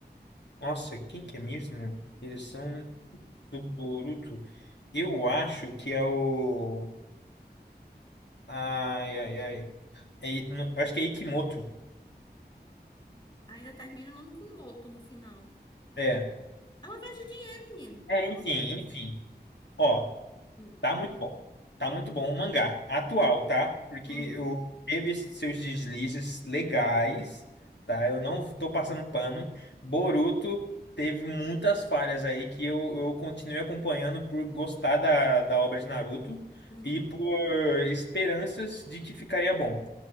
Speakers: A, on the left (about 85°); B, on the left (about 25°).
A: Nossa, quem que é mesmo? Direção do Boruto. Eu acho que é o. Ai, ai, ai. É I- não, acho que é Ikimoto.
B: Ainda termina o nome com Moto no final.
A: É.
B: É lavagem de dinheiro, menino.
A: É,
B: Pelo
A: enfim,
B: amor de Deus.
A: enfim. Ó.
B: Hum.
A: Tá muito bom. Tá muito bom o mangá atual, tá? Porque
B: Uhum,
A: eu teve esses seus deslizes legais, tá? Eu não tô passando pano. Boruto teve muitas falhas aí que eu, eu continuei acompanhando por gostar da, da obra de Naruto
B: uhum,
A: e por esperanças de que ficaria bom.